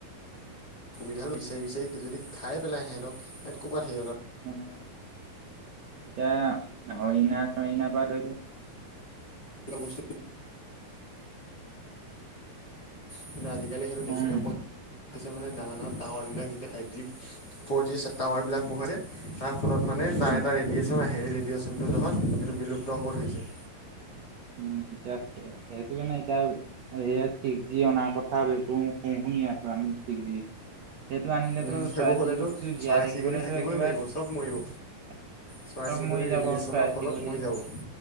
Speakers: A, on the left; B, on the right.
A: সুবিধাটো বিচাৰি বিচাৰি যদি খাই পেলাই সিহঁতক সহঁত ক'ৰপৰা থাকিব
B: উম এতিয়া হৰিণা চৰিণাৰ পৰা ধৰিল
A: এটা বস্তু কিন্তু আজিকালি সেইটো দেখিবলৈ
B: উম।
A: পোৱা ন হৈছে মানে ডাঙৰ ডাঙৰ টাৱাৰ বিলাক যেতিয়া five G four G tower বিলাক বহে তাৰ ফলত মানে
B: উম,
A: তাৰ এটা ৰেডিয়েচন আহে ৰেডিয়েচনটোৰ জহত এইটো বিলুপ্ত হ'ব ধৰিছে।
B: উম এতিয়া সেইটো কাৰণে এতিয়া এইয়া ছিক্স জি অনা কথা এইবোৰ কম শুনি আ আমি ছিক্স জি সেইটো আনিলেতো
A: উম, সেইবোৰ
B: চৰাই
A: হ'লেতো
B: চিৰিকটিটো জীয়াই
A: চৰাই
B: থাকিবলেতো
A: চিৰিকটি থাকিবই
B: একেবাৰে
A: নোৱাৰিব
B: চব
A: চব মৰিব। চৰাই চিৰিকটি
B: মৰি যাব
A: ৰেডিয়েশ্যনৰ
B: চৰাই
A: ফলত
B: চিৰিকটি।
A: মৰি যাব। উম।